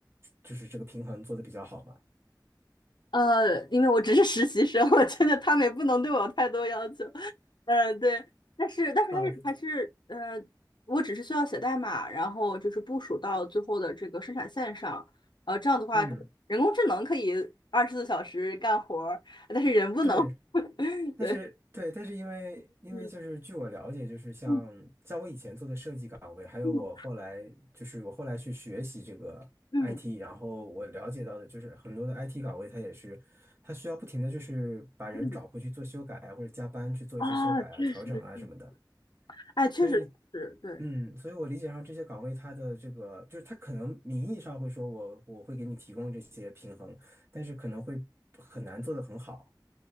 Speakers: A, on the right (about 30°); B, on the left (about 75°).
A: 就是这个平衡做得比较好吗？
B: 呃，因为我只是实习生，我觉得他们也不能对我有太多要求。呃，对，但是但是还是还是呃，
A: 啊，
B: 我只是需要写代码，然后就是部署到最后的这个生产线上。呃，这样的话，
A: 嗯。
B: 人工智能可以二十四小时干活儿，但是人不能。
A: 对，
B: <laughs>
A: 但是对，
B: 对，
A: 但是因为因为就是据我了解，
B: 嗯
A: 就是像像我以前做的设计岗位，
B: 嗯
A: 还有我后来就是我后来去学习这个
B: 嗯嗯
A: IT，然后我了解到的就是很多的 IT 岗位，它也是它需要不停的就是把人找回去做修改啊，
B: 嗯，
A: 或者加班去做一些修改啊、
B: 啊，确实是，
A: 调整啊什么的。
B: 哎，确实是，
A: 所以，
B: 对。
A: 嗯，所以我理解上这些岗位它的这个就是它可能名义上会说我我会给你提供这些平衡，但是可能会很难做得很好。